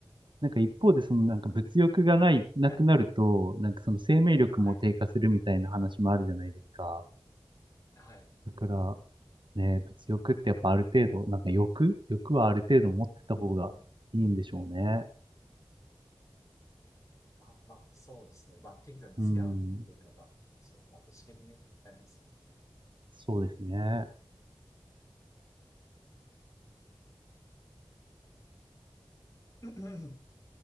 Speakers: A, on the right; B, on the left.
A: なんか一方で、
B: ん
A: そのなんか物欲がない、なくなると、
B: はい。
A: なんかその生命力も低下するみたいな話もあるじゃないですか。
B: はい。はい。
A: だから、ね、物欲ってやっぱある程度、なんか欲欲はある程度持ってた方がいいんでしょうね。
B: うん。あ、まあ、そうですね。まあ、適度に付き合っていくのが、
A: うん。
B: そう、まあ、ご指摘になりますね。
A: そうですね。
B: <laughs>